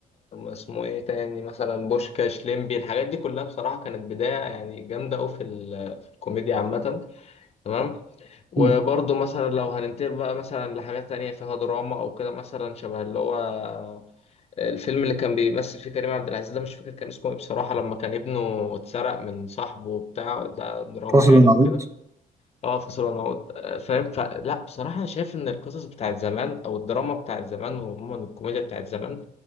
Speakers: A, on the left; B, on the right.
A: اسمه ايه تاني مثلا بوشكاش ليمبي الحاجات دي كلها بصراحة كانت بداية يعني جامدة أوي في, ال- في الكوميديا عامة تمام وبرضه
B: مم.
A: مثلا لو هننتقل بقى مثلا لحاجات تانية فيها دراما أو كده مثلا شبه اللي هو الفيلم اللي كان بيمثل فيه كريم عبد العزيز ده مش فاكر كان اسمه ايه بصراحة لما كان ابنه اتسرق من صاحبه وبتاع ده دراما
B: فاصل
A: يعني
B: ونعود
A: وكده اه فصل ونعود آه، فاهم فلا بصراحة أنا شايف إن القصص بتاعت زمان أو الدراما بتاعت زمان وعموما الكوميديا بتاعت زمان